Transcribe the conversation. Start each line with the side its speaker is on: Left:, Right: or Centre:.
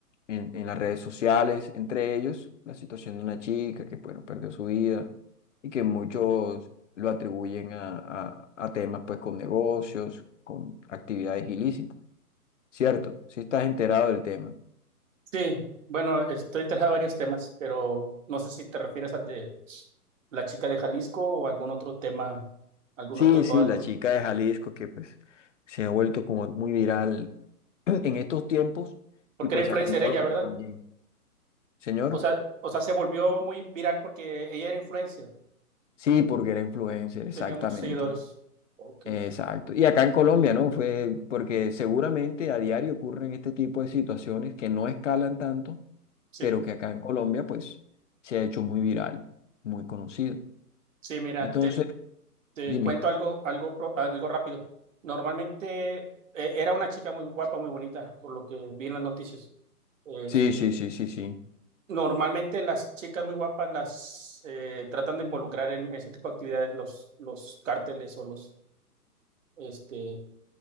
Left: En, en las redes sociales, entre ellos la situación de una chica que, bueno, perdió su vida y que muchos lo atribuyen a, a, a temas, pues, con negocios, con actividades ilícitas. Cierto, si estás enterado del tema.
Right: Sí, bueno, estoy interesado en varios temas, pero no sé si te refieres al de la chica de Jalisco o algún otro tema, algún
Left: Sí,
Right: otro, o
Left: sí,
Right: algún-
Left: la chica de Jalisco que pues se ha vuelto como muy viral <clears throat> en estos tiempos
Right: porque
Left: y pues
Right: era influencer
Left: acá en Colombia
Right: ella, ¿verdad?
Left: también. Señor,
Right: O sea, o sea, se volvió muy viral porque ella era influencer,
Left: sí, porque era influencer, exactamente.
Right: tenía muchos seguidores. Ok.
Left: Exacto. Y acá en Colombia, ¿no? Fue porque seguramente a diario ocurren este tipo de situaciones que no escalan tanto,
Right: Sí,
Left: pero que acá en Colombia pues se ha hecho muy viral, muy conocido.
Right: sí, mira,
Left: Entonces,
Right: te, Te
Left: dime.
Right: cuento algo, algo, pro- algo rápido. Normalmente eh, era una chica muy guapa, muy bonita, por lo que vi en las noticias. Este,
Left: Sí, sí, sí, sí, sí.
Right: normalmente las chicas muy guapas las eh, tratan de involucrar en ese tipo de actividades los, los cárteles o los, este,